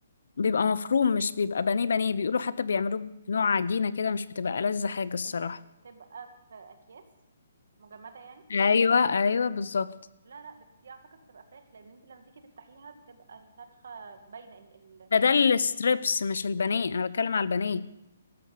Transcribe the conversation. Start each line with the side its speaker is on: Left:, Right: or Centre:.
Left: بيبقى مفروم مش بيبقى بانيه بانيه بيقولوا حتى بيعملوه بنوع عجينة كده مش بتبقى ألذ حاجة الصراحة
Right: اللي بتبقى في أكياس مجمدة يعني
Left: ايوه ايوه بالظبط
Right: لا لا بت... دي أعتقد بتبقى فراخ لأن انت لما تيجي تفتحيها بتبقى الفرخة باينة ال... ال...
Left: ده ده الستريبس مش البانيه انا بتكلم على البانيه